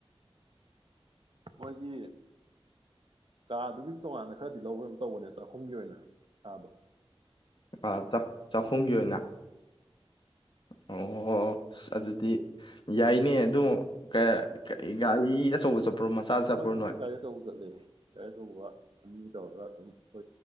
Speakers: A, on the right (about 55°); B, on the left (about 50°).
A: ꯃꯣꯏꯒꯤ ꯀꯥꯗꯨꯒꯤ ꯇꯣꯉꯥꯟꯅ ꯈꯔꯗꯤ ꯂꯧꯕꯝ ꯇꯧꯕꯅꯦꯕ ꯆꯥꯛꯈꯨꯝꯒꯤ ꯑꯣꯏꯅ ꯁꯥꯗꯣ꯫
B: ꯑꯥ ꯆ ꯆꯥꯈꯨꯝꯒꯤ ꯑꯣꯏꯅ꯫ ꯑꯣ ꯑꯗꯨꯗꯤ꯫ ꯌꯥꯏꯅꯦ ꯑꯗꯨ <unintelligible> <unintelligible> ꯑꯆꯧꯕ
A: ꯑꯩꯈꯣꯏ
B: ꯆꯠꯄ꯭ꯔꯣ ꯃꯆꯥ ꯆꯠꯄ꯭ꯔꯣ
A: ꯗꯨꯗꯤ
B: ꯅꯣꯏ
A: ꯒꯥꯔꯤ ꯑꯆꯧꯕ ꯆꯠꯂꯦ ꯒꯥꯔꯤ ꯑꯆꯧꯕ꯫ <unintelligible>